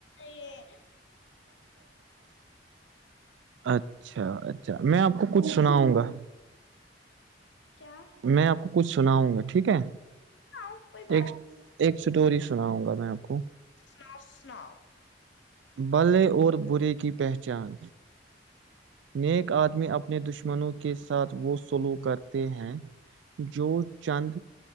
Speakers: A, on the left; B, on the right.
A: یہٹ
B: اچھا اچھا میں آپ کو کچھ سناؤں گا
A: کیا
B: میں آپ کو کچھ سناؤں گا ٹھیک ہے
A: ہ کوئی بات
B: ایک
A: نہیں
B: ایک اسٹوری سناؤں گا میں آپ کو
A: ناؤ سناؤ
B: بلے اور برے کی پہچان نیک آدمی اپنے دشمنوں کے ساتھ وہ سلو کرتے ہیں جو چند